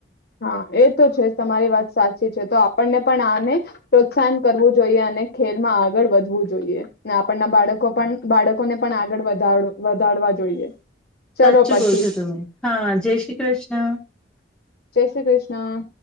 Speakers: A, on the left; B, in the centre.
A: હા એ તો છે જ તમારી વાત સાચી છે તો આપણને પણ આને, પ્રોત્સાહન કરવું જોઈએ અને ખેલમાં આગળ વધવું જોઈએ. ના આપણ ના બાળકો પણ બાળકોને પણ આગળ વધ વધારવા જોઈએ.
B: સાચું
A: ચલો પછી
B: કહો છો તમે હા જય શ્રી કૃષ્ણ.
A: જય શ્રી કૃષ્ણ.